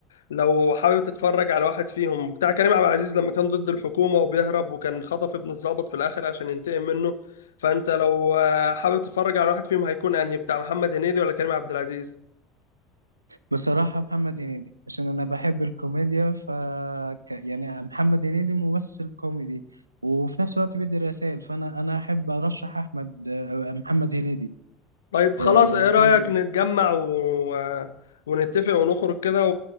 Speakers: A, on the left; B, on the right.
A: لو حابب تتفرج على واحد فيهم بتاع كريم عبد العزيز لما كان ضد الحكومة وبيهرب وكان خطف ابن الضابط في الآخر عشان ينتقم منه فانت لو حابب تتفرج على واحد فيهم هيكون انهي بتاع محمد هنيدي ولا كريم عبد العزيز
B: بصراحة محمد هنيدي عشان أنا بحب الكوميديا ف ك- يعني محمد هنيدي ممثل كوميدي وفي نفس الوقت بيدي رسائل فأنا أنا أحب أرشح أحمد آه، محمد هنيدي
A: طيب
B: آه،
A: خلاص ايه
B: الفيلم
A: رأيك
B: ده
A: نتجمع و... ونتفق ونخرج كده